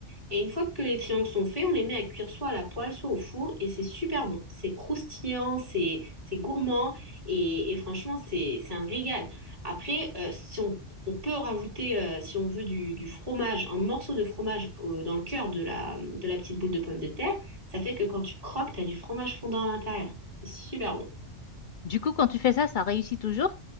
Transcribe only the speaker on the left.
Du coup, quand tu fais ça, ça réussit toujours?